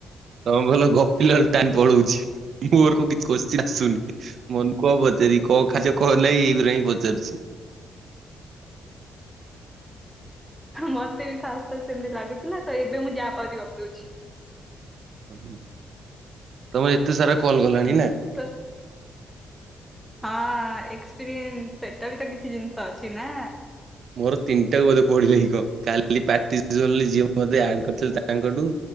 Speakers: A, on the right (about 60°); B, in the centre.
A: ତମେ ଭଲ ଗପିଲା ଟାଇମ ପଳଉଛି ମୁଁ <unintelligible> ଆସୁନି ମନେ କହ ପଚାରି କଣ ଖାଚ କହ ନାଇଁ ଏଇଗୁରା ହିଁ ପଚାରୁଛି।
B: ମତେ ବି ଫାଷ୍ଟ ଫାଷ୍ଟ ସେମତି ଲାଗୁଥିଲା ତ ଏବେ ମୁଁ ଯାହା ପାଉଛି ଗପି ଦଉଛି।
A: ଓ ତମେ ଏତେ ସାରା କଲ କଲଣି
B: ହୁଁ
A: ନା?
B: ତ ହଁ ଏକ୍ସପିରିଏନ୍ସ ସେଟା ବି ତ କିଛି ଜିନିଷ ଅଛି ନା।
A: ମୋର ତିନିଟାକୁ ବୋଧେ ପଢିଲଇ କ <unintelligible> ଯିଏ କରିଥିଲେ ତାଙ୍କଠୁ।